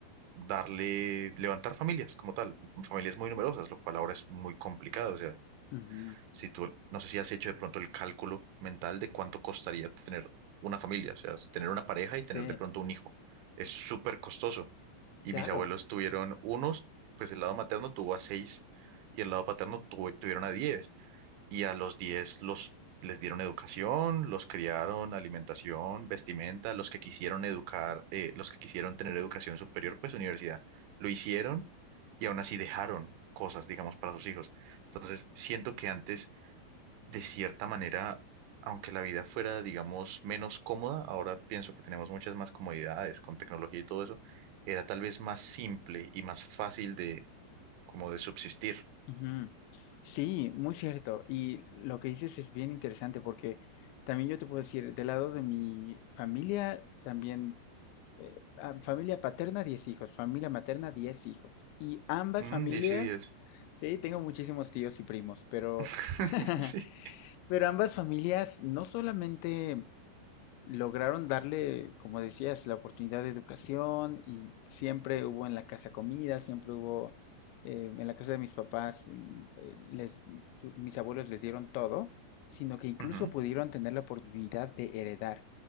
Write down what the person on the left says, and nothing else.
ujú.
Sí,
claro.
Ujú. Sí, muy cierto. Y lo que dices es bien interesante porque también yo te puedo decir, del lado de mi familia, también, eh, ah, familia paterna, 10 hijos, familia materna, 10 hijos. Y ambas
familias,
sí, tengo muchísimos tíos y primos, pero,
<laughs>
pero ambas familias no solamente... lograron darle, como decías, la oportunidad de educación y siempre hubo en la casa comida, siempre hubo eh, en la casa de mis papás, mm, eh, les- su- mis abuelos les dieron todo, sino que incluso
pudieron tener la oportunidad de heredar.